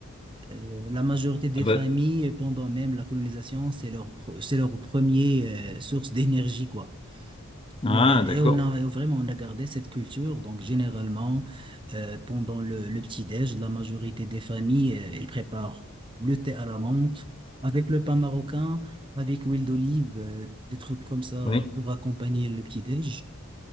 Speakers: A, on the right; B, on the left.
A: Euh, la majorité des
B: Ah, bah,
A: familles, pendant même la colonisation, c'est leur, pr- c'est leur premier, euh, source d'énergie, quoi.
B: ah,
A: Mais, euh, et
B: d'accord.
A: on a et vraiment on a gardé cette culture. Donc généralement euh, pendant le, le petit-déj, la majorité des familles euh, elles préparent le thé à la menthe avec le pain marocain, avec l'huile d'olive, euh, des trucs comme ça
B: Oui.
A: pour accompagner le petit-déj.